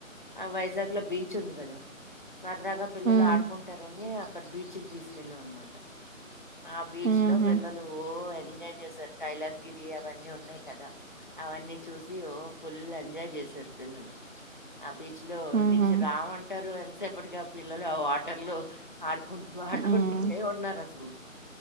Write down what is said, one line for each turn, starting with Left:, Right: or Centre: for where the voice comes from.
Left: ఆ వైజాగ్ లో బీచ్ ఉంది కదా సరదాగా పిల్లలు
Right: ఉమ్
Left: ఆడుకుంటారని అక్కడ బీచ్ కి తీసుకెళ్ళాం అనమాట ఆ బీచ్
Right: ఉహు
Left: లో పిల్లలు ఓ ఎన్ ఎంజాయ్ చేసారు కైలాస్ గిరి అవన్నీ ఉన్నాయి కదా అవన్నీ చూసి ఓ ఫుల్ ఎంజాయ్ చేశారు ఇద్దరు పిల్లలు ఆ బీచ్ చ్ లో
Right: ఉహు
Left: నుంచి రామంటారు ఎంతసేపటికి ఆ పిల్లలు ఆ వాటర్ లో ఆడుకుంటూ ఆడుకు
Right: ఉమ్
Left: కుంటూనే ఉన్నారు అసలు